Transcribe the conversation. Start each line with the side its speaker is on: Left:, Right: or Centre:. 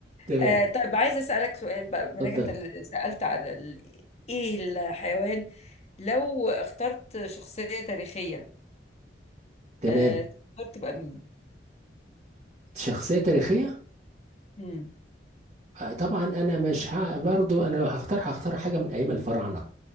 Right: تمام
Left: آه طيب عايزة أسألك سؤال بقى منك
Right: اتفضل
Left: أنت اللي سألت على ال... إيه الحيوان لو اخترت شخصية تاريخية
Right: تمام
Left: آه تختار تبقى مين؟
Right: شخصية تاريخية
Left: مم.
Right: آه، طبعا انا مش ه... برضو انا لو هختار هختار حاجة من ايام الفراعنة